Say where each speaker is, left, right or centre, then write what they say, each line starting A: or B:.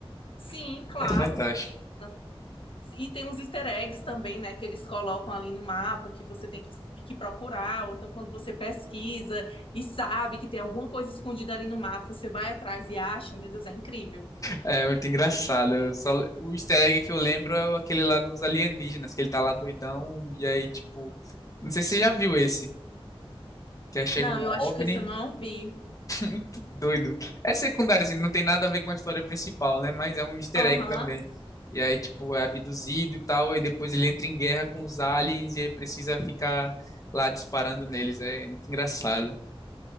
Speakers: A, on the left; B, on the left.
A: Sim, claro.
B: É fantástico.
A: Não. E tem uns easter eggs também, né, que eles colocam ali no mapa que você tem que, que procurar, ou então quando você pesquisa e sabe que tem alguma coisa escondida ali no mapa, você vai atrás e acha, meu Deus, é incrível.
B: É muito engraçado. Eu só- O easter egg que eu lembro é aquele lá dos alienígenas, que ele tá lá doidão, e aí, tipo. Não sei se você já viu esse. Que aí chega
A: Não,
B: um
A: eu
B: OVNI.
A: acho que esse eu não vi.
B: Muito doido. É secundário, assim, não tem nada a ver com a história principal, né? Mas é um easter
A: Aham.
B: egg também. E aí, tipo, é abduzido e tal, e depois ele entra em guerra com os aliens e aí precisa ficar lá disparando neles. É muito engraçado.